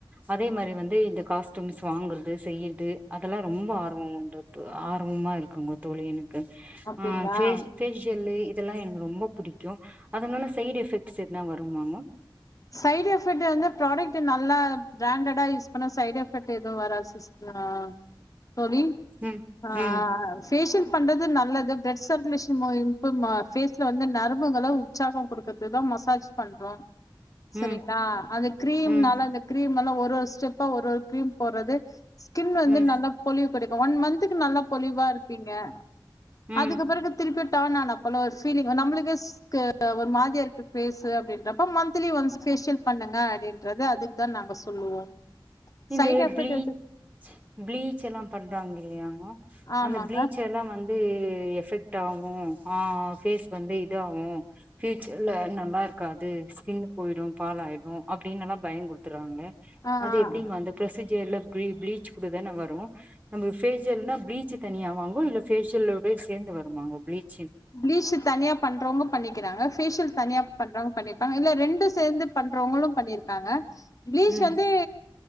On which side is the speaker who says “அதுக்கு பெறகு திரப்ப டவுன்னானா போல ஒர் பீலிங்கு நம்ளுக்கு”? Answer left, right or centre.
Left